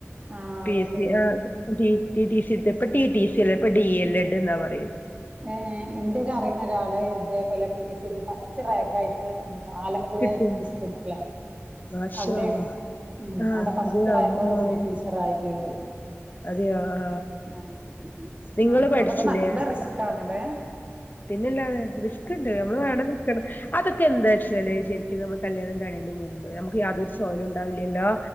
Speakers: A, on the right; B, on the left.
A: ആഹ്
B: പി
A: അത്
B: എസ്
A: ശരി
B: സി ആഹ് ടി ടി സി ഇടുത്തേ ഇപ്പ ടി ടി സി അല്ല ഇപ്പ ഡി എൽ എഡ് എന്നാ പറയല്
A: ഏഹ് ഇൻ്റൊര് അറിയുന്ന ഒരാള് ഇതേപോലെ പി എസ് സി എഴുതി ഫസ്റ്റ് റാങ്കായിട്ട് ആല പ്പുഴ
B: കിട്ടും
A: ഡിസ്ട്രിക്ട്ലാ
B: മാഷാ
A: അവിടെണ്
B: അള്ളാ
A: ഉം
B: ആ
A: അവിടെ ഫസ്റ്റ്
B: അതെയോ
A: റാങ്കോട്
B: ആ
A: കൂടി ടീച്ചറായി കയറി.
B: അതെയോ ആ
A: ആഹ്
B: നിങ്ങള്
A: ആഹ്
B: പഠിച്ചില്ലേ
A: അതൊക്കെ നല്ല റിസ്ക്കാണ്ല്ലേ.
B: പിന്നെല്ലാതെ റിസ്ക്ക്ണ്ട് നമ്മള് വേണം നിക്കണം അതൊക്കെ എന്താ വെച്ചാല് ശരിക്കും നമ്മൾ കല്യാണം കഴുന്നതിന് മുമ്പ് നമുക്ക് യാതൊരു സ്വഹലും ഉണ്ടാവില്ലല്ലോ